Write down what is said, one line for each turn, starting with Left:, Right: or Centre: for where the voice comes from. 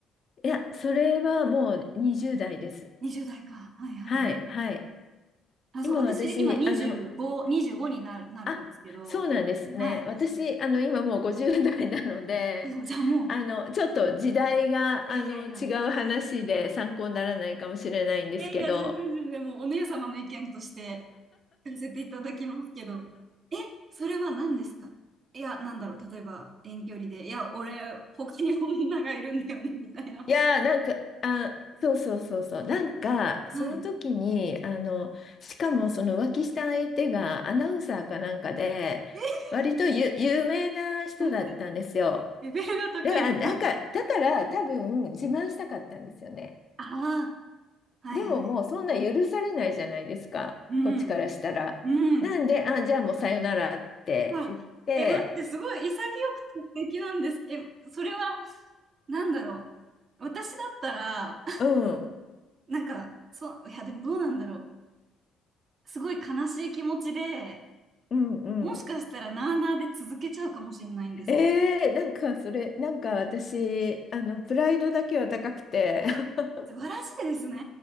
Left: いや、それはもう20代です。
Right: ?20 代か。はいはい。
Left: はい、はい。
Right: あ、
Left: 今私、
Right: そう、私今25、
Left: あの、
Right: 25になる、なるんですけど。
Left: あ、そうなんですね。
Right: はい。
Left: 私、
Right: そう
Left: あの、今もう50代なので、
Right: そう。そう、じゃあも
Left: あの、ちょっと時代が、
Right: う。いやいやいや。
Left: あの、違う話で参考にならないかもしれないんですけど、
Right: いやいや、全然全然、もうお姉様の意見としてさせていただきますけど、え、それは何ですかいや、なんだろう、例えば遠距離で、いや、俺、他に女がいるんだよね、<laughs> みたいな。
Left: いやー、なんか、あ、そうそうそうそう、なんか、その時に、
Right: うん
Left: あの、しかもその浮気した相手がアナウンサーかなんかで、
Right: はい。
Left: 割とゆ有名な人だったんですよ。
Right: 待って、レベルが高いの。
Left: だから、だから、
Right: はい。
Left: だから多分自慢したかったんですよね。
Right: ああ、はいはい。
Left: でももうそんな許されないじゃないですか、
Right: うん、
Left: こっちからしたら。
Right: うん。
Left: なんで、あ、じゃあもうさよならって言って、
Right: わ、え、待って、すごい潔くて素敵なんですけど、えそれは、なんだろう。私だったら、<laughs>
Left: うん、
Right: なんか、そう、いや、でもどうなんだろう。すごい悲しい気持ちで、
Left: うん、うん。
Right: もしかしたらなあなあで続けちゃうかもしれないんですけど。
Left: えー、なんかそれ、なんか私、あの、プライドだけは高くて、
Right: あ、
Left: <laughs>
Right: 素晴らしいですね。